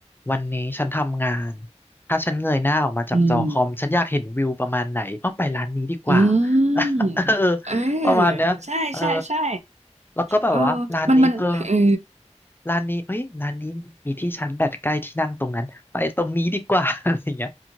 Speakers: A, on the left; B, on the right.
A: วันนี้ฉันทำงานถ้าฉันเงยหน้าออกมาจากจอคอมฉันอยากเห็นวิวประมาณไหนอ้อไปร้านนี้ดีกว่า
B: อืม อื
A: <laughs>
B: ม
A: เออ
B: เออ
A: ประมาณเนี้ยเออ
B: ใช่ใช่ใช่
A: แล้วก็แบบว่าร้านนี้เออ
B: เออมัน มันเออ
A: ร้านนี้เอ้ยร้านนี้มีที่ชาร์จแบตใกล้ที่นั่งตรงนั้นไปตรงนี้ดีกว่า <laughs> อะไรอย่างเงี้ย